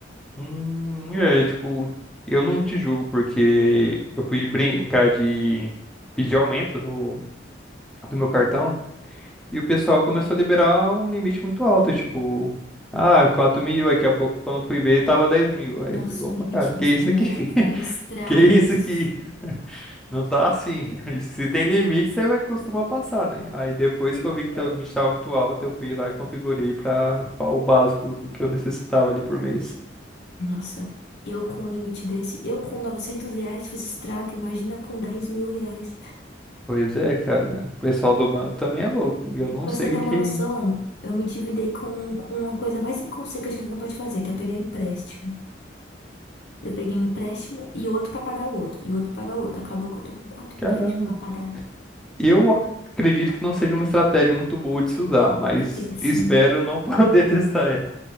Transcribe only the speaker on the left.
Nossa,
um limite
desse
na minha
mão faria
estragos.
Então.
Nossa, eu com um limite desse, eu com 900 reais fiz estrago, imagina com 10 mil reais.
É
que pra
você ter uma
noção,
eu me endividei com, com a coisa mais inconsequente que alguém pode fazer, que é pegar empréstimo. Eu peguei um empréstimo e outro pra pagar o outro, e outro pra pagar o outro. Acabou que eu tô com quatro
empréstimos pra pagar.
É péssimo,